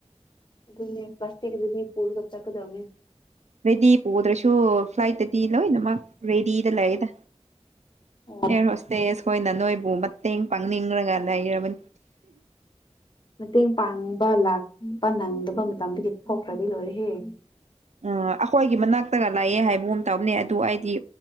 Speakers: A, on the left (about 40°); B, on the right (about 80°).
A: ꯑꯗꯨꯅꯦ ꯄ꯭ꯂꯥꯁꯇꯤꯛ ꯑꯗꯨꯗꯤ ꯄꯨꯔꯒ ꯆꯠꯀꯗꯕꯅꯦ
B: ꯔꯦꯗꯤ ꯄꯨꯗ꯭ꯔꯁꯨ ꯐ꯭ꯂꯥꯏꯠꯇꯗꯤ ꯂꯣꯏꯅꯃꯛ ꯔꯦꯗꯤꯗ ꯂꯩꯗ
A: ꯑꯣ
B: ꯑꯦꯔ ꯍꯁꯇꯁ ꯑꯩꯣꯏꯅ ꯅꯣꯏꯕꯨ ꯃꯇꯦꯡ ꯄꯥꯡꯅꯤꯡꯂꯒ ꯂꯩꯔꯕꯅꯤ
A: ꯃꯇꯦꯡ ꯄꯥꯡꯕ ꯂꯥꯛꯄ ꯅꯪꯗꯕ ꯃꯇꯝꯗꯨꯒꯤ ꯊꯣꯛꯈ꯭ꯔꯗꯤ ꯂꯣꯏꯔꯦꯍꯌꯦ
B: ꯑ ꯑꯩꯈꯣꯏꯒꯤ ꯃꯅꯥꯛꯇꯒ ꯂꯥꯛꯑꯦ ꯍꯥꯏꯕꯒꯨꯝ ꯇꯕꯅꯦ ꯑꯗꯨ ꯑꯩꯗꯤ